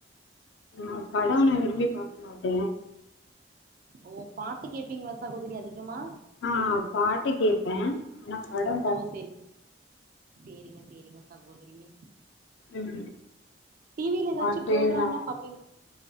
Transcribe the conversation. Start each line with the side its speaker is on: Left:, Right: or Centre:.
Left: ஆ படோ நா விரும்பி பாக்காமாட்டே
Right: ஓ பாட்டு கேப்பீங்களா சகோதரி அதிகமா
Left: ஆ ஆ பாட்டு கேப்ப என்ன படோ
Right: ஓ செரி செரிங்க செரிங்க சகோதரிங்க
Left: ம்
Right: டி வில ஏதாச்சும்
Left: பாட்டு
Right: ப்ரோக்ராம்லா
Left: நா
Right: பாப்பீங்க